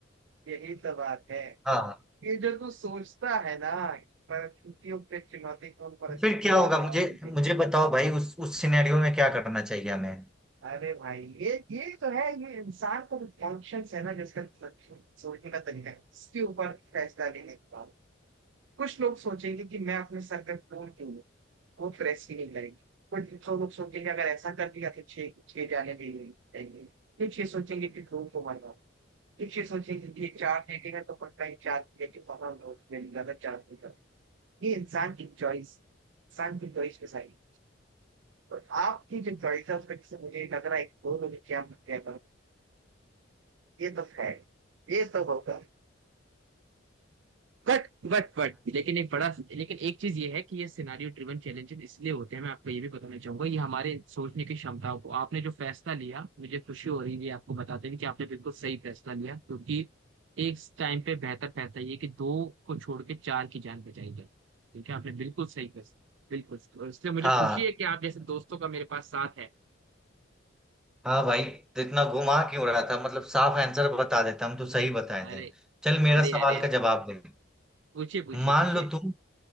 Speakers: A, on the right; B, in the centre.
A: यही तो बात है
B: हाँ
A: ये जो तू सोचता है ना परिस्थितियों पे चुनौतीपूर्ण परिस्थितियों
B: फिर क्या होगा
A: का जवाब
B: मुझे
A: दीजिए
B: मुझे बताओ भाई उस उस सिनेरियो में क्या करना चाहिए हमें
A: अरे भाई ये ये तो है ये इंसान का कॉन्शियस है ना जिसका सोचने का तरीका है इसके ऊपर फैसला लेने का कुछ लोग सोचेंगे कि मैं अपने सर पे फूल क्यों लूं? वो प्रेस ही नहीं करेंगे कुछ तो लोग सोचेंगे अगर ऐसा कर दिया तो छह छह जाने भी नहीं देंगे कुछ ये सोचेंगे कि धूप को मरना कुछ ये सोचेंगे कि ये चार लेके है तो पता ही चार लेके वहां नोट में निकाला चार निकाला ये इंसान की चॉइस इंसान की चॉइस डिसाइड और आपकी जो चॉइस है उस पर से मुझे लग रहा है कि दो लोग क्या क्या ये तो है ये तो होगा बट बट बट लेकिन एक बड़ा लेकिन एक चीज ये है कि ये सिनारियो ड्रिवन चैलेंजेस इसलिए होते हैं मैं आपको ये भी बताना चाहूंगा ये हमारे सोचने की क्षमताओं को आपने जो फैसला लिया मुझे खुशी हो रही है आपको बताते हुए कि आपने बिल्कुल सही फैसला लिया क्योंकि एक टाइम पे बेहतर फैसला ये कि दो को छोड़ के चार की जान बचाई जाए ठीक है आपने बिल्कुल सही फैसला बिल्कुल और इसलिए मुझे
B: हाँ
A: खुशी है कि आप जैसे दोस्तों का मेरे पास साथ है
B: हाँ भाई तो इतना घुमा क्यों रहा था मतलब साफ आंसर बता देता हम तो सही बताए
A: अरे
B: थे चल मेरा
A: अरे
B: सवाल
A: अरे अरे
B: का जवाब दे
A: पूछिए पूछिए
B: मान
A: पूछिए
B: लो तुम